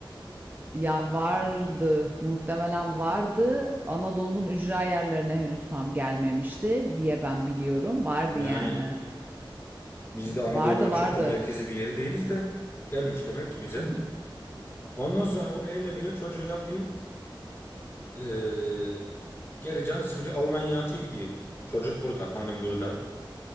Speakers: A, on the right; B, on the left.
A: ya vardı muhtemelen vardı. Anadolu'nun ücra yerlerine henüz tam gelmemişti diye ben biliyorum. Vardı
B: Yani
A: yani.
B: biz de Anadolu'nun
A: Vardı vardı.
B: çok da merkezi bir yeri değiliz de gelmiş demek ki bize.
A: <laughs>
B: Ondan sonra bunu evleniyor çocuğu yapıyor. Ee, geri canı sıkılıyor. Almanya'ya atıyor gidiyor. Çocuk burada. Hanım burada.